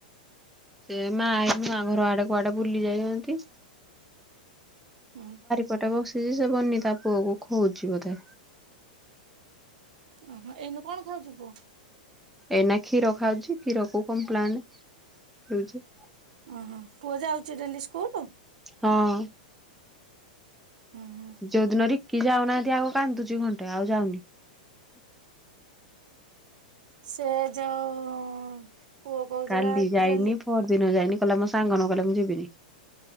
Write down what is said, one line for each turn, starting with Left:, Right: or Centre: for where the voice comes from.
Centre: ସେ ମା ଏଇ ନୂଆ ଘର ଆଡେ କୁଆଡେ ବୁଲି ଯାଇଛନ୍ତି।
Right: ହୁଁ।
Centre: ପଟେ ବସିଛି ସେ ବନି ତା ପୁଅକୁ ଖୋଉଛି ବୋଧେ।
Right: ଉଁ ହୁଁ ଏଇନୁ କଣ ଖାଉଛି ପୁଅ?
Centre: ଏଇନା କ୍ଷୀର ଖାଉଛି। କ୍ଷୀର କୁ କମ୍ପ୍ଲାନ ପିଉଛି।
Right: ଉଁ ହୁଁ, ପୁଅ ଯାଉଛି ଡେଲି ସ୍କୁଲ?
Centre: ହଁ।
Right: ଉଁ ହୁଁ।
Centre: ଯୋଉ ଦିନ ରିକି ଯାଉନାହାନ୍ତି ଆଗ କାନ୍ଦୁଛି ଘଣ୍ଟେ ଆଉ ଯାଉନି।
Right: ସେ ଯୋଉ ପୁଅ କହୁଥିଲା
Centre: କାଲି ଯାଇନି,
Right: ଡେଲି
Centre: ପଅର ଦିନ ଯାଇନି। କହିଲା ମୋ ସାଙ୍ଗ ନ ଗଲେ ମୁଁ ଯିବିନି।